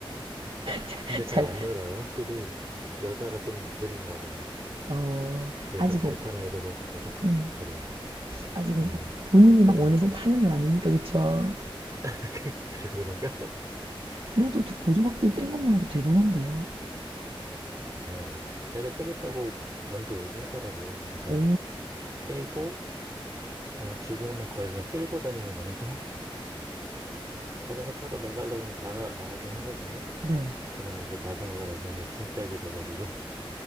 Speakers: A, on the right; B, on the right.
A: <laughs>
B: <laughs>
A: 근데 잘
B: 잘,
A: 안 늘어요. 확실히 여자라 좀 느린가 봐요.
B: 어,
A: 그래서
B: 아직은,
A: 잘 타는 애들 보면 좀
B: 음,
A: 부러워요.
B: 아직은
A: 네,
B: 막 본인이
A: 겁도
B: 막
A: 많고.
B: 원해서 타는 건 아니니까, 그쵸?
A: <laughs> 그래서 그런가?
B: 그래도 두- 보조바퀴를 뗀 것만 해도 대단한데요.
A: 네, 제가 떼겠다고 먼저 얘기하더라고요. 그래서
B: 오,
A: 떼고 어, 지금은 거의 그냥 끌고 다니는 정도? <laughs> 자전거 타러 나갈래 면 나가, 나가긴 하거든요.
B: 네.
A: 그러면 이제 자전거가 나중에 이제 짐짝이 돼가지고 <laughs>